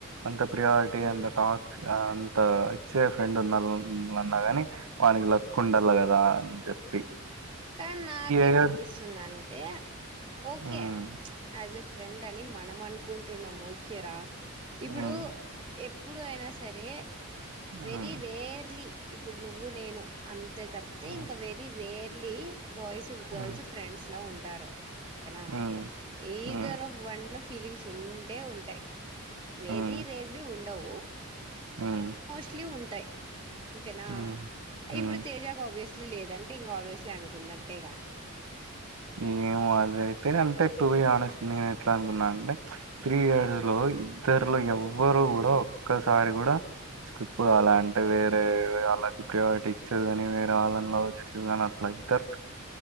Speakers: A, on the right; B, on the right.
A: అంత ప్రియారిటీ
B: హ్మ్
A: అంత టాక్ అంత ఇచ్చే ఫ్రెండ్ ఉన్న నల్ల గాని వానికి లక్ ఉండల కదా అని చెప్పి
B: కానీ నాకేమనిపిస్తుందంటే
A: ఇయర్స్
B: ఓకే
A: హ్మ్.
B: యాజ్ ఎ ఫ్రెండ్ అని మనం అనుకుంటున్నాము ఓకేరా ఇప్పుడు
A: హ్మ్.
B: ఎప్పుడు అయినా సరే
A: హ్మ్.
B: వెరి రేర్లీ ఇప్పుడు నువ్వు నేను అంతే తప్పితే
A: హ్మ్.
B: ఇంకా వెరీ రేర్లీ బాయ్స్ గర్ల్స్
A: హ్మ్.
B: ఫ్రెండ్స్ లా ఉంటారు ఓకేనా
A: హ్మ్
B: ఈదర్ఫ్
A: హ్మ్
B: వంల ఫీలింగ్స్ ఉండే ఉంటాయి వెరీ
A: హ్మ్
B: రేర్ లు ఉండవు
A: హ్మ్
B: మోస్ట్లీ ఉంటాయి ఓకేనా
A: హ్మ్ హ్మ్.
B: ఇప్పుడు తేజాకు ఆబ్వియస్లీ లేదంటే ఇంకా ఆబ్బవియస్లీ ఆమెకు ఉన్నట్టేగా
A: ఏమొ అదయితే అంటే టూబి ఆనేస్ట్ నేను ఎట్లా అనుకున్నాను అంటే త్రీ ఇయర్స్ లో ఇద్దరులో ఎవ్వరు కూడా ఒక్కసారి కూడా స్క్రిప్ కాలె అంటే వేరే వాళ్ళకి ప్రియారిటీ ఇచ్చేది కానీ వేరే వాళ్ళని లవ్ చేసేది కాని అట్లా తరు